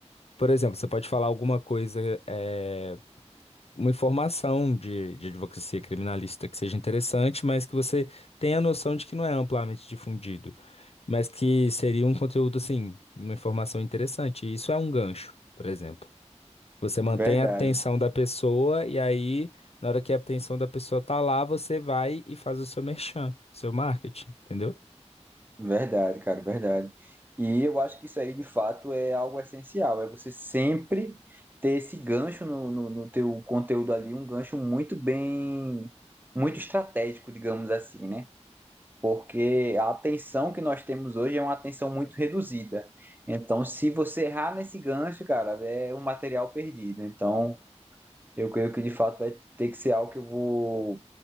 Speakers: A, on the left; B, on the right.
A: Por exemplo, você pode falar alguma coisa, é, uma informação de, de advocacia criminalista que seja interessante, mas que você tenha a noção de que não é amplamente difundido, mas que seria um conteúdo, assim, uma informação interessante. E isso é um gancho, por exemplo. Você mantém
B: Verdade,
A: a atenção da pessoa e aí, na hora que a atenção da pessoa tá lá, você vai e faz o seu merchan, seu marketing, entendeu?
B: verdade, cara, verdade. E eu acho que isso aí de fato é algo essencial, é você sempre ter esse gancho no, no, no teu conteúdo ali, um gancho muito bem, muito estratégico, digamos assim, né? porque a atenção que nós temos hoje é uma atenção muito reduzida. Então, se você errar nesse gancho, cara, é um material perdido. Então, eu creio que de fato vai ter que ser algo que eu vou